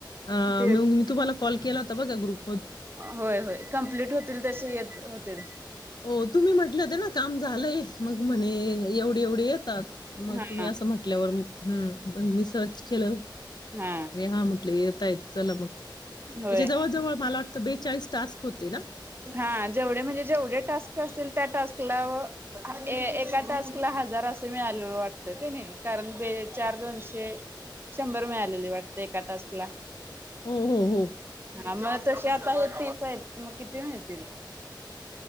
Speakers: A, on the left; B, on the right.
A: हा
B: तेच
A: मग मी तुम्हाला कॉल केलावता बघ ग्रुप
B: होय होय कंप्लीट होतील तसे येत होतील.
A: हो तुम्ही म्हटलं होते ना काम झालंय, मग म्हणे एवढं एवढे येतात, मग
B: हा
A: तुम्ही असं म्हटल्यावर हं मग मी सर्च केलं.
B: हा
A: अरे हा म्हटलं येतायत चला मग
B: होय
A: त्याच्या जवळ जवळ मला वाट तर बेचाळीस टास्क होते ना?
B: हा जेवढे म्हणजे जेवढे टास्क असतील त्या टास्कला ए एका टास्कला हजार अस मिळालेल वाटत की नई? कारण बे चार दोनशे शंभर मिळालेले वाटते एका टास्कला?
A: हम्म, हम्म, हम्म.
B: हा मग तशी आता होतेच आहेत. मग किती मिळतील?